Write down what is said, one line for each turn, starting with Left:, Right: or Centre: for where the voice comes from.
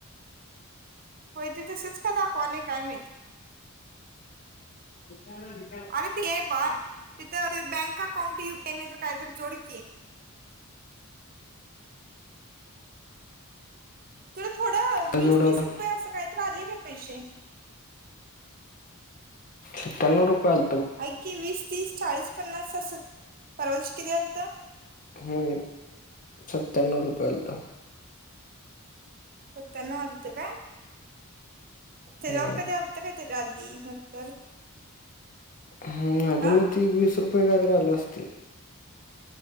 Right: होय त तिथं सच का दाखवाले काय माहित
Left: हम्म <unintelligible>
Right: अरे ती आहे बाळ तिथं बँक अकाऊंट यूपीआय नाही तर काही तरी जोड की तुला थोडं वेळ,
Left: काय
Right: वीस
Left: जोड
Right: तीस
Left: होता
Right: रुपये असं काही तर आले का पैसे
Left: सत्या्नव रुपये आल
Right: ऐ ईकी वीस, तीस, चाळीस, पन्नास, अस परवानश कि अंत
Left: हम्म, सत्यान्नव रुपयाला
Right: सत्यानव न <unintelligible> वाते काय
Left: हम्म
Right: अर कधी ता कायतरी री नंतर <unintelligible>
Left: हम, आधी
Right: हा
Left: मधी एक वीस रुपये व्याज आले असतील